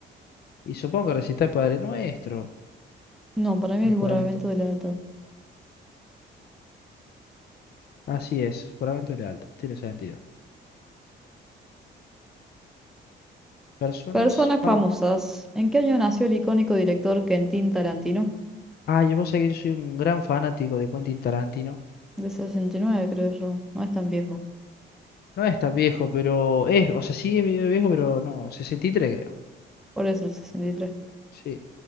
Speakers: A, on the left; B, in the centre.
A: Y supongo que recitar el Padre Nuestro.
B: No, para mí
A: o
B: es
A: El
B: el
A: juramento.
B: borramiento de la alta.
A: Así es, juramento de lealtad. Tiene sentido. Personas.
B: Personas
A: fa-
B: famosas. ¿En qué año nació el icónico director Quentin Tarantino?
A: Ah, yo vos sabés que yo soy un gran fanático de Quentin Tarantino.
B: De 69, creo yo. No es tan viejo.
A: No es tan viejo, pero es. O sea, sí es medio viejo, pero no. sesenta y tres creo.
B: ¿Por eso el 63?
A: Sí,